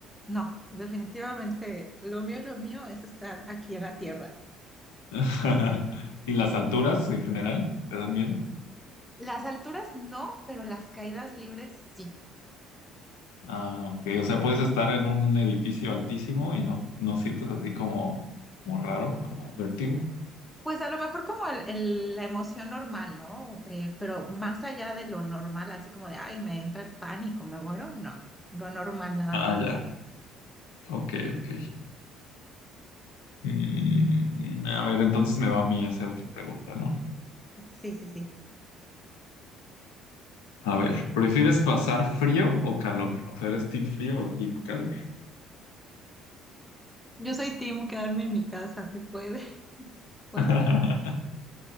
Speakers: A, in the centre; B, on the left.
A: no, definitivamente lo mío, lo mío es estar aquí en la tierra.
B: <laughs> ¿Y las alturas en general te dan miedo?
A: Las alturas no, pero las caídas libres sí.
B: Ah, ok. O sea, puedes estar en un edificio altísimo y no, no sientes así como, como raro, como vértigo.
A: Pues a lo mejor como el, el- la emoción normal, ¿no? Eh, pero más allá de lo normal, así como de, ay, me entra el pánico, me muero, no, lo normal nada
B: Ah,
A: más.
B: ya. Ok, ok. Mm,
A: Sí,
B: a ver, entonces me va a mí hacer otra pregunta, ¿no?
A: sí, sí, sí.
B: A ver, ¿prefieres pasar frío o calor? O sea, ¿eres team frío o team calor?
A: Yo soy team quedarme en mi casa, se puede. <laughs> Bueno,
B: <laughs>